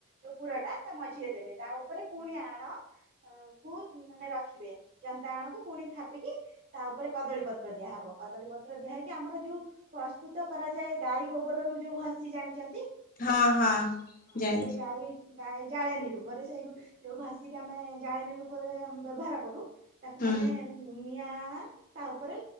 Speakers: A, on the right; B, on the left.
A: ଯୋଉ ପୁର ଟା ତା ମଝିରେ ଦେବେ, ତା ଉପରେ ପୁଣି ଆଣ। ଅ କୁ ମାନେ ରଖିବେ, ଜନ୍ତାଣକୁ ପୁଣି ଥାପିକି। ତା ଉପରେ କଦଳୀ ପତ୍ର ଦିଆହବ, କଦଳୀ ପତ୍ର ଦିଆ ହେଇକି ଆମର ଯୋଉ ପ୍ରସ୍ତୁତ କରାଯାଏ। ଗାଈ ଗୋବରରୁ ଯୋଉ ଘଷି ଜାଣିଛନ୍ତି?
B: ହଁ ହଁ
A: ହଁ
B: ଜାଣିଛି
A: ସେଇ ଗାଈ। ଗାଈ ଜାଳେଣୀ ରୂପରେ ସେଇ ଯୋଉ ଘାସିକି ଆମେ ଜାଳେଣୀ ରୂପରେ ବ୍ୟବହାର କରୁ। ତାକୁ ମାନେ
B: ହୁଁ
A: ନିଆ ତା ଉପରେ